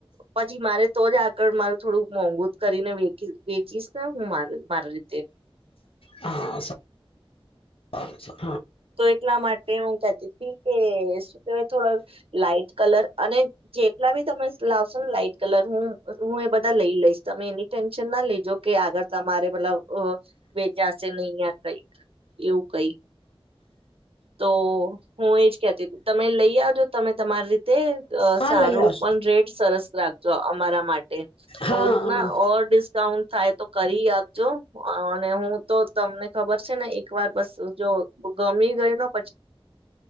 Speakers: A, on the right; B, on the left.
A: પછી મારે તો જ <inaudible> મારૂ થોડુંક મોંઘુ કરીને વેકી ચીસ ના હું માર માર રીતે
B: હા સારું <inaudible>
A: તો એટલા માટે હું કેતી હતી કે શું કહેય થોડા લાઈટ કલર અને જે <unintelligible> ભી તમે લાવશો ને લાઈટ કલર હું હું એ બધા લઈ લઈશ તમે એની ટેન્શન ના લેજો કે આગળ તમારે મતલબ વેચાશે નહીં કઈક એવું કઈ તો હું એજ કેતી તું તમે લઈ આવજો તમે તમારી રીતે તે
B: હા
A: સારું
B: હા લઈ આવશો
A: પણ રેટ સરસ રાખજો અમારા માટે
B: હા
A: થોડુંક
B: હા
A: ના ઓર ડિસ્કાઉન્ટ થાય તો કરી આપજો અને હું તો તમને ખબર છે ને એક વાર બસ જો ગમી ગઈ.